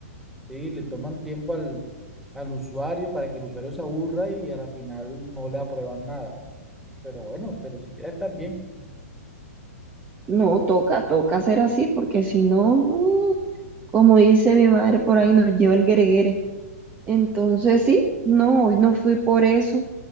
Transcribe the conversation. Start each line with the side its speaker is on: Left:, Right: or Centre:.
Centre: ¿sí? Le toman tiempo al, al usuario para que el usuario se aburra y a la final no le aprueban nada, pero bueno, pero siquiera estás bien.
Right: No, toca, toca hacer así, porque si no, como dice mi madre por ahí, nos lleva el greguere. Entonces sí, no, hoy no fui por eso,